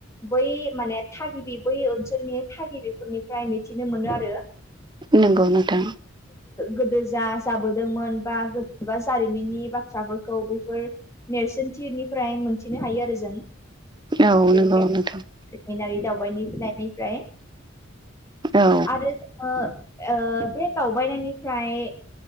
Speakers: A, on the left; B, on the right.
A: बै माने थागिबि बै ओनसोलनि थागिबिफोरनिफ्राय मिथिनो मोनो आरो।
B: नंगौ नोंथां।
A: गोदो जा जाबोदोंमोन बा बा जारिमिननि बाथ्राफोरखौ बेफोर नेरसोनथिनिफ्राय मोनथिनो हायो आरो जों।
B: औ
A: बे
B: नंगौ नोंथां।
A: जारिमिनारि दावबायनायनिफ्राय
B: औ
A: आरो ओ ओ बे दावबायनायनिफ्राय